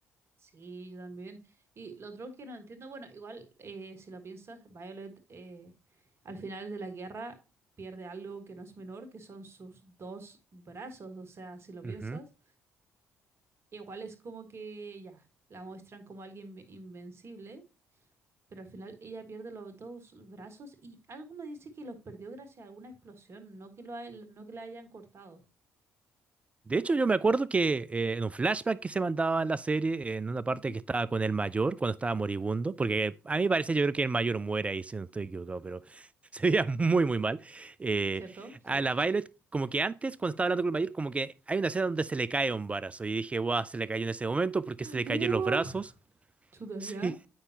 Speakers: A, on the right; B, on the right.
A: sí, yo también. Y lo otro que no entiendo, bueno, igual eh, si lo piensas, Violet eh, al final de la guerra pierde algo que no es menor, que son sus dos brazos. O sea, si lo piensas,
B: Ujú.
A: igual es como que ya, la muestran como alguien inve- invencible, pero al final ella pierde los dos brazos y algo me dice que los perdió gracias a alguna explosión, no que lo, hay- no que la hayan cortado.
B: De hecho, yo me acuerdo que eh, en un flashback que se mandaba en la serie, en una parte
A: Ujú,
B: que estaba con el mayor, cuando estaba moribundo, porque a mí parece, yo creo que el mayor muere ahí, si no estoy equivocado, pero <laughs> se veía muy, muy mal. Eh,
A: ¿Cierto? Sí.
B: a la Violet, como que antes, cuando estaba hablando con el mayor, como que hay una escena donde se le cae un brazo, y dije, guau, se le cayó en ese momento porque se le
A: ¡Uh!
B: cayeron los brazos. <laughs>
A: Chuta,
B: Sí,
A: ¿ya?